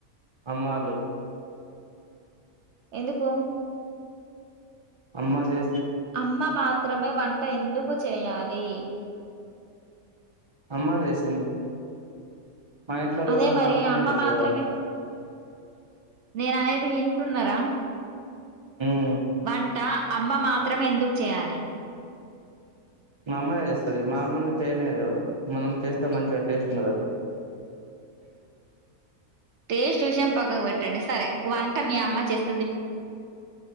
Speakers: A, on the right (about 35°); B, on the right (about 60°).
A: అమ్మవాళ్ళు
B: ఎందుకు
A: అమ్మా చే
B: అమ్మ మాత్రమే వంట ఎందుకు చేయాలి
A: అమ్మ వేసింది మా ఇంట్లో రోజు
B: అదే
A: అమ్మ
B: మరి
A: అమ్మనే చేసేది
B: మాత్రమే
A: వంట
B: నేను అనేది వింటున్నారా
A: ఉమ్
B: వంట అమ్మ మా మాత్రమే ఎందుకు చేయాలి
A: మా అమ్మనే చేస్తది మా మమ్మల్ని చేయనియదు ఎవరు మాం చేస్తే మంచిగా టేస్ట్ ఉండదు
B: టేస్ట్ విషయం పక్కకు పెట్టండి సరే వంట మీ అమ్మ చేస్త